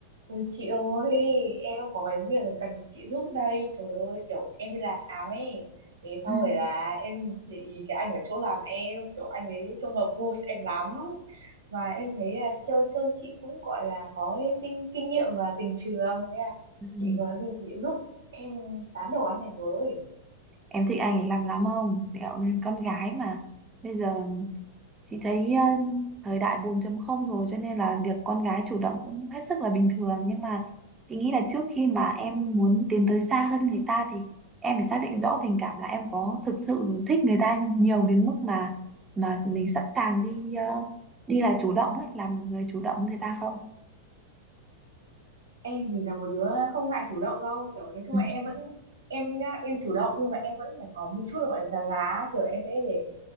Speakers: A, on the right (about 80°); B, on the right (about 20°).
A: Ôi chị ơi, em có cái việc cần chị giúp đây. Trời ơi, kiểu em đi làm ấy. Thế
B: <laughs>
A: sau
B: Ừ,
A: rồi là em để ý cái anh ở chỗ làm em, kiểu anh ấy trông hợp gu em lắm. Và em thấy là trêu trêu chị cũng gọi là có cái kinh, kinh nghiệm và tình trường. Thế là
B: ừ,
A: chị
B: ừ.
A: có gì chị giúp em tán đầu anh này với.
B: Em thích anh ấy làm lắm không? Kiểu nên con gái mà bây giờ chị thấy ờ, thời đại 4 không rồi cho nên là việc con gái chủ động cũng hết sức là bình thường nhưng mà chị nghĩ là trước khi mà em muốn tiến tới xa hơn người ta thì em phải xác định rõ tình cảm là em có thực sự thích người ta nhiều đến mức mà mà mình sẵn sàng đi ờ, đi là chủ động ấy, làm người chủ động với người ta không?
A: Em thì là một đứa không ngại chủ động đâu. Kiểu nói chung
B: <laughs>
A: là em vẫn, em nhá, em chủ động nhưng mà em vẫn phải có một chút là gọi là giá giá. Kiểu em sẽ để